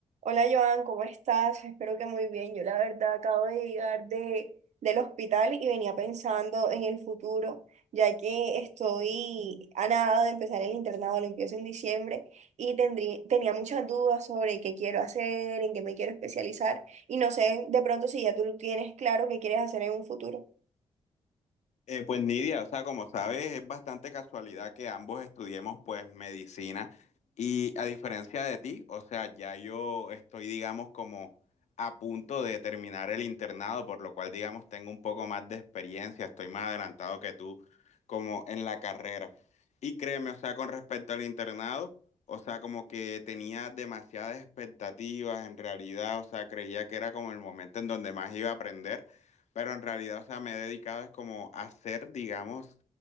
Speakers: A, on the right; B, on the left.
A: Hola Joan, ¿cómo estás? Espero que muy bien. Yo la verdad acabo de llegar de, del hospital y venía pensando en el futuro, ya que estoy a nada de empezar el internado, lo empiezo en diciembre y tendría, tenía muchas dudas sobre qué quiero hacer, en qué me quiero especializar y no sé de pronto si ya tú tienes claro qué quieres hacer en un futuro.
B: Eh, pues Nidia, o sea, como sabes, es bastante casualidad que ambos estudiemos pues medicina y a diferencia de ti, o sea, ya yo estoy, digamos, como a punto de terminar el internado, por lo cual, digamos, tengo un poco más de experiencia, estoy más adelantado que tú como en la carrera. Y créeme, o sea, con respecto al internado, o sea, como que tenía demasiadas expectativas en realidad, o sea, creía que era como el momento en donde más iba a aprender pero en realidad, o sea, me he dedicado es como a ser, digamos,